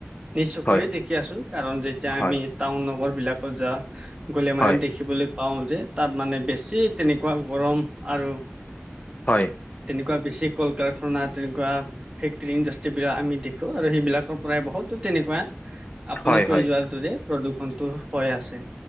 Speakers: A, on the right (about 20°); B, on the left (about 30°).
A: নিশ্চয়
B: হয়
A: কৰি দেখি আছো কাৰণ যেতিয়া
B: হয়
A: আমি টাউন নগৰ বিলাকত <unintelligible> গ'লে মানে
B: হয়
A: দেখিবলৈ পাওঁ যে তাত মানে বেছি তেনেকুৱা গৰম আৰু
B: হয়
A: তেনেকুৱা বেছি কল কাৰখানা তেনেকুৱা টি ইণ্ডাষ্ট্ৰী বিলাক আমি দেখো আৰু সেইবিলাকৰ পৰাই বহুতো তেনেকুৱা আপুনি
B: হয়
A: কৈ
B: হয়
A: যোৱাৰ দৰে প্ৰদূষণটো হৈ আছে